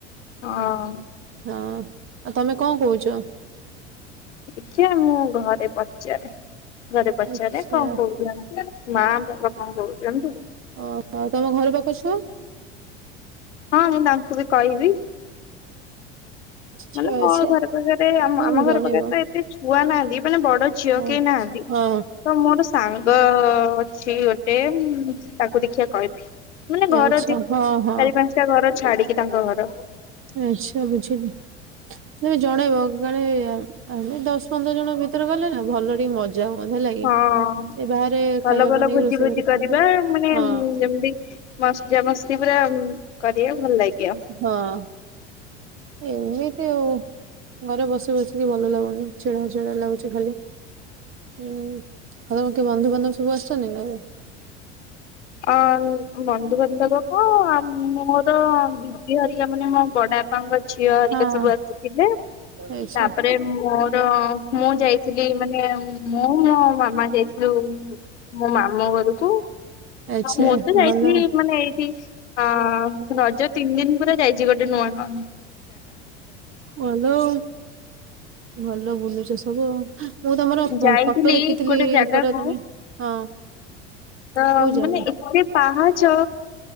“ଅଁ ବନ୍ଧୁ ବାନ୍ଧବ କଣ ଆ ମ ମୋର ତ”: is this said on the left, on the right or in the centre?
Left